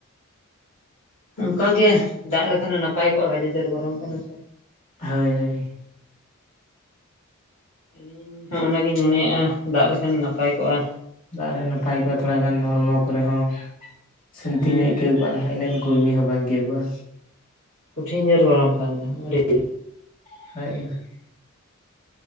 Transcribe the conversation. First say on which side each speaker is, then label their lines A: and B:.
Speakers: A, on the left; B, on the left.
A: ᱚᱱᱠᱟ ᱜᱮ, ᱫᱟᱜ ᱞᱮᱠᱷᱟᱱ ᱱᱟᱯᱟᱭ ᱠᱚᱜᱼᱟ ᱜᱟᱡᱮ ᱡᱚᱨ ᱜᱚᱨᱚᱢ ᱠᱟᱱᱟ ᱥᱮ᱾
B: ᱦᱳᱭ ᱦᱳᱭ᱾
A: ᱟᱹᱞᱤᱧ ᱦᱚᱸ ᱚᱱᱟᱜᱤᱧ ᱢᱚᱱᱮᱭᱮᱜᱼᱟ ᱫᱟᱜ ᱞᱮᱠᱷᱟᱱ ᱱᱟᱯᱟᱭ ᱠᱚᱜᱼᱟ᱾
B: ᱫᱟᱜ ᱨᱮ ᱱᱟᱯᱟᱭ ᱠᱚᱜᱼᱟ ᱛᱷᱚᱲᱟ ᱜᱟᱱ ᱦᱚᱲᱢᱚ ᱠᱚᱨᱮ ᱦᱚᱸ ᱥᱟᱹᱱᱛᱤ
A: ᱦᱩᱸ
B: ᱧᱚᱜ ᱟᱹᱭᱠᱟᱹᱣ ᱠᱚᱜᱼᱟ ᱱᱟᱦᱟᱜ ᱤᱱᱟᱹᱜ ᱠᱚᱜᱮ ᱦᱚᱸ ᱵᱟᱝ ᱟᱹᱭᱠᱟᱹᱣ ᱠᱚᱜ-ᱟ᱾
A: ᱠᱚᱴᱷᱤᱱ ᱡᱳᱨ ᱜᱚᱨᱚᱢ ᱠᱟᱱ ᱫᱚ ᱟᱹᱰᱤ ᱡᱳᱨ᱾
B: <unintelligible>